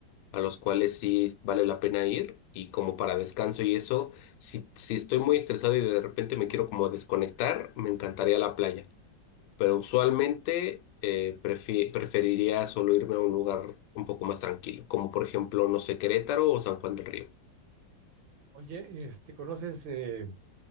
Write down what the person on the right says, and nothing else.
Oye, este, ¿conoces eh,